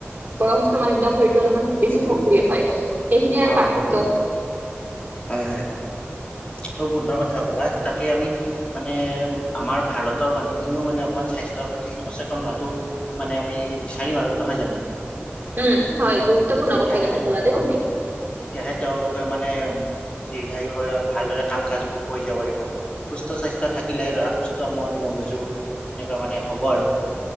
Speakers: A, on the right (about 40°); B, on the left (about 25°).
A: বয়সস্থ মানুহ বিলাক শৰীৰ অলপমান বেছি
B: উম,
A: সক্ৰিয় হয়, এইখিনিয়ে আৰু
B: অ',
A: পাৰ্থক্য।
B: হয়, হয়, খুব সুন্দৰ কথা কলা। তাকে আমি মানে আমাৰ ভাৰতৰ মানুহখিনিও মানে অকমান স্বাস্থ্যৰ প্ৰতি সচেতন হোৱাটো মানে আমি বিচাৰিম আৰু নহয় জানো।
A: উম হয় গুৰুত্বপূৰ্ণ
B: উ, তেতিয়াহে
A: কথা কিন্তু ক'লা
B: অ'
A: দেই তুমি
B: তেতিয়াহে, তেওঁলোকে মানে দীৰ্ঘায়ু হয় আৰু ভালদৰে কাম-কাজবোৰ কৰি যাব পাৰিব। সুস্থ স্বাস্থ্য থাকিলেহে ধৰা সুস্থ মন মগজু এনেকুৱা মানে হ'ব আৰু।